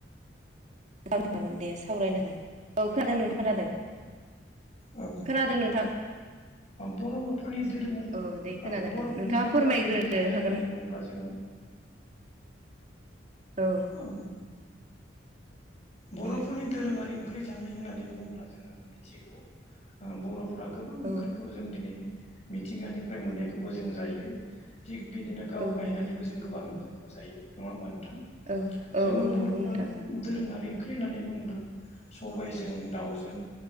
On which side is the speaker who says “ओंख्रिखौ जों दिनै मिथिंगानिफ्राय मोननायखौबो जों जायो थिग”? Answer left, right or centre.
Left